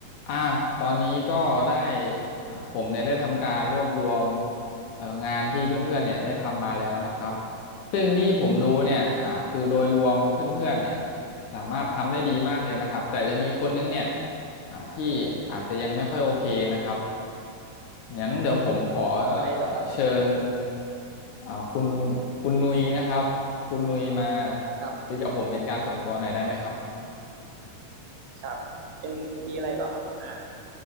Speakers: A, on the left (about 70°); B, on the right (about 75°).
A: อ่ะตอนนี้ก็ได้อ่าผมเนี่ยได้ทำการรวบรวมเอ่องานที่เพื่อนๆเนี่ยได้ทำมาแล้วนะครับซึ่งที่ผมดูเนี่ยอ่าคือโดยรวมเพื่อนๆเนี่ยสามารถทำได้ดีมากเลยนะครับแต่จะมีคนนึงเนี่ยอ่าที่อาจจะยังไม่ค่อยโอเคนะครับงั้นเดี๋ยวผมขอ
B: ใช่เหรอครับ
A: เอ่อเชิญอ่าคุณคุณนุยนะครับคุณนุยมา
B: ครับ
A: คุยกับผมเป็นการส่วนตัวหน่อยได้ไหมครับ
B: ครับเป็นมีอะไรเปล่าครับหัวหน้า